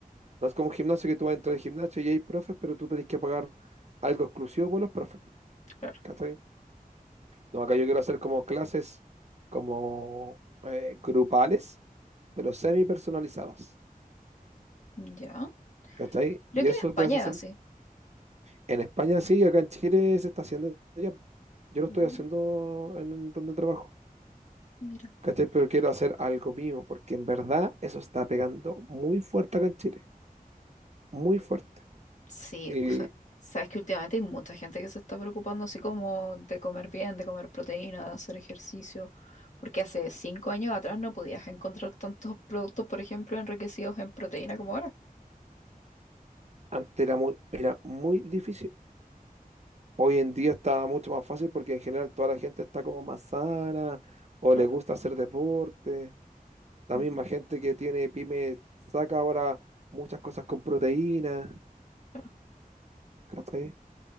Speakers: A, on the right; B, on the left.
A: No es como un gimnasio que tú vas a entrar al gimnasio y hay profes, pero tú tenés que pagar algo exclusivo por los profes. pues,
B: claro.
A: ¿cachai? No, acá yo quiero hacer como clases como eh, grupales, pero semi personalizadas.
B: Ya.
A: ¿Cachai?
B: Creo
A: Y
B: que
A: eso
B: en España
A: te hace hacer.
B: es así.
A: En España sí, acá en Chile se está haciendo ya, po. Yo lo estoy
B: Mm,
A: haciendo en donde trabajo.
B: Mira.
A: ¿Cachai? Pero quiero hacer algo mío, porque en verdad eso está pegando muy fuerte acá en Chile, muy fuerte.
B: Sí,
A: Y
B: o sea, sabes que últimamente hay mucha gente que se está preocupando así como de comer bien, de comer proteína, de hacer ejercicio, porque hace cinco años atrás no podías encontrar tantos productos, por ejemplo, enriquecidos en proteína como ahora.
A: antes era muy, era muy difícil. Hoy en día está mucho más fácil porque en general toda la gente está como más sana o
B: Claro,
A: le gusta hacer deporte. La
B: ujú,
A: misma gente que tiene pyme saca ahora muchas cosas con proteínas,
B: claro,
A: ¿cachai?